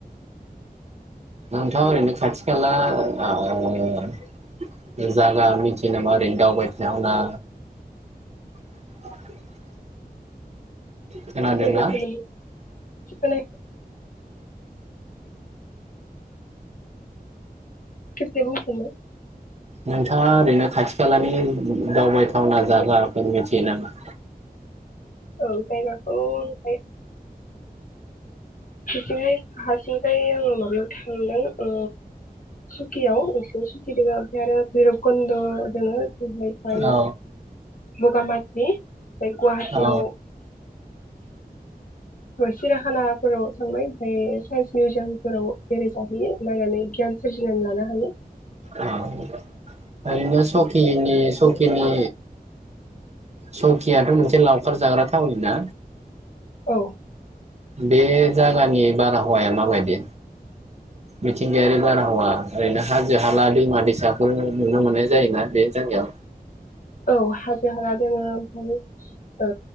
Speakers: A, on the right; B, on the left.
A: नोंथ' ओरैनो खाथि खाला ओ जागा मिथियो नामा ओरैनो दावबायथावना? <inaudible>
B: <unintelligible>
A: खोनादोंना
B: खेबसे बुंफिननाय
A: नोंथाङा ओरैनो खाथि खालानि दावबायथावना जायगाफोर मिथियो नामा
B: औ जायगाखौ ओमफ्राय बिथिंहाय हारसिंखाय आङो माबायाव थांदों ओ सुकियाव बिथिंनि सुखि दैमा ओमफ्राय आरो भैरबकुन्द' दोङ जोंनिफ्राय
A: औ
B: बगामाथि ओमफ्राय गुवाहाटियाव
A: औ
B: सिराखानाफोराव थांबाय ओमफ्राय साइनस मिउजियामफोराव बेरायजाहैयो नायनानै गियान सोरजिनानै लानो हायो
A: औ ओरैनो सकिनि सकिनि
B: <unintelligible>
A: सकियाथ' मोनसे लावखार जाग्रा थावनि ना
B: औ
A: बे जागानि बारहावाया माबायदि मिथिंगायारि बारहावा ओरैनो हाजो हाला दैमा दैसाफोर नुनो मोननाय जायोना बे जायगायाव?
B: औ हाजो हाला दोङो ओमफाय ओ